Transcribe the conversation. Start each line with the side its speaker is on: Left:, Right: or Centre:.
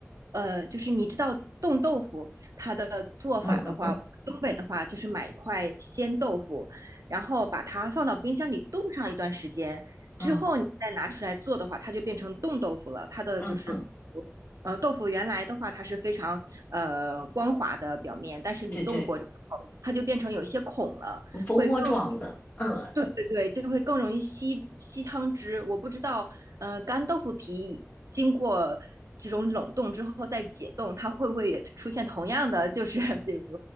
Right: 呃，就是你知道冻豆腐它的做法的话，
Left: 嗯嗯嗯
Right: 东北的话就是买一块鲜豆腐，然后把它放到冰箱里冻上一段时间，之后你再拿出来做的话，
Left: 嗯
Right: 它就变成冻豆腐了。它的就是，
Left: 嗯嗯，
Right: 呃，豆腐原来的话它是非常呃光滑的表面，但是你冻过之后，
Left: 对对，
Right: 它就变成有一些孔了，
Left: 蜂窝状的，
Right: 会更
Left: 嗯，
Right: 对对对，就会更容易吸吸汤汁。我不知道，呃，干豆腐皮经过这种冷冻之后再解冻，它会不会也出现同样的，就是比如